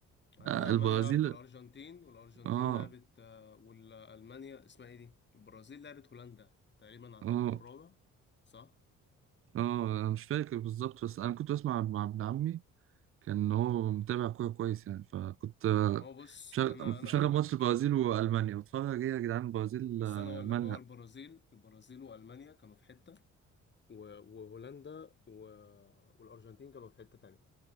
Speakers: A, on the left; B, on the right.
A: بعد
B: آه
A: كده
B: البرازيل
A: ألمانيا لعبت الأرجنتين والأرجنتين
B: اه
A: لعبت آه، والألمانيا اسمها ايه دي البرازيل لعبت هولندا تقريبا على التالت
B: اه
A: والرابع صح
B: اه انا مش فاكر بالظبط بس انا كنت بسمع مع ابن عمي كان هو متابع كورة كويس يعني فكنت آه،
A: هو بص
B: مشغل
A: أنا أنا
B: مشغل
A: أقول
B: ماتش
A: لك
B: البرازيل والمانيا واتفرج ايه يا جدعان البرازيل
A: بص
B: آه،
A: أنا أقول
B: مالها
A: لك هو البرازيل البرازيل وألمانيا كانوا في حتة و- وهولندا و... والأرجنتين كانوا في حتة تانية